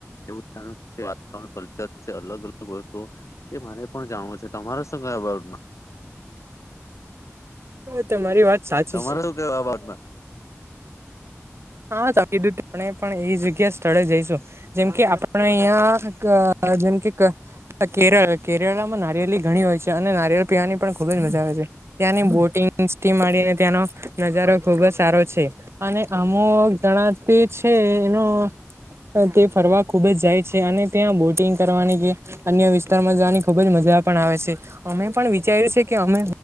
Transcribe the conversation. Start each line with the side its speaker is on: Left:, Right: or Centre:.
Left: વાવણ કલ્ચર છે અલગ અલગ વસ્તુ તે મારે પણ જાણવું છે, તમારે શું કયા બના
Right: તમારી વાત સાચી
Left: તમારે
Right: છે
Left: શું કેય આ બાટમાં
Right: હા કીું આપણે પણ એ જગ્યા સ્થળે જઈશું જેમકે આપણે અહિયાં જેમકે કેરળ કેરળમાં નારિયલી ઘણી હોય છે, અને નારિયલ પીવાની પણ ખુબ જ મજા આવે છે. ત્યાંની બોટિંગથી મળીને ત્યાંનો નજારો ખુબ જ સારો છે, અને અમ જણાતી છે, એનો તે ફરવા ખુબ જ જાય છે, અને ત્યાં બોટિંગ કરવાની જે અન્ય વિસ્તારમાં જવાની ખુબ જ મજા પણ આવે છે. અમે પણ વિચાર્યું છે, કે અમે